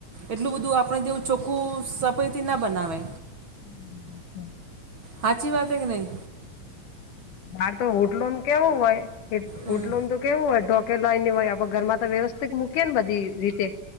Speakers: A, on the right (about 45°); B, on the left (about 85°).
A: એટલું બધું આપણે જેવું ચોખ્ખું સફાઈ થી ના બનાવે.
B: હમ્મ તેમ
A: હાચી વાત હે કે નહી?
B: આ તો હોટલોનું તો કેવુ હોય
A: હમ
B: હોટલોનું તો કેવું હોય ઢોકે લાઈ ની હોય આપ ઘરમાં વ્યવસ્થિત મૂકી ને બધી રીતે